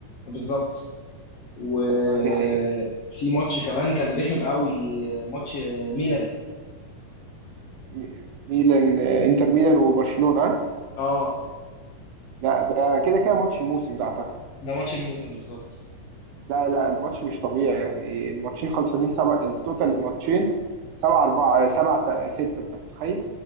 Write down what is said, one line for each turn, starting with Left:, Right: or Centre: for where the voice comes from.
Left: بالظبط وفي
Right: آه دي حقيقة
Left: ماتش كمان كان رخم قوي ماتش ميلان
Right: م- ميلان آه، إنتر ميلان وبرشلونة آه؟
Left: اه
Right: لا ده كده كده ماتش الموسم ده أعتقد
Left: ده ماتش الموسم بالظبط
Right: لا لا الماتش مش طبيعي يعني الماتشين خلصانين سبعة التوتال الماتشين سبعة أربعة آه، سبعة تا- ستة أنت متخيل؟